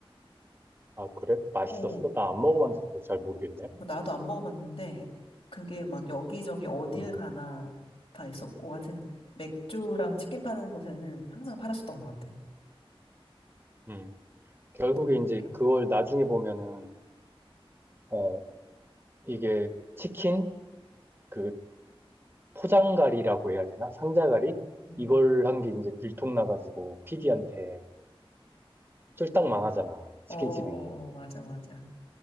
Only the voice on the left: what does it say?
어
뭐 나도 안 먹어봤는데 그게 막 여기저기 어딜
가나 다 있었고 하여튼 맥주랑 치킨 파는 곳에는 항상 팔았었던 것 같아.
너무
웃겨.
음.
어, 어, 어, 맞아, 맞아.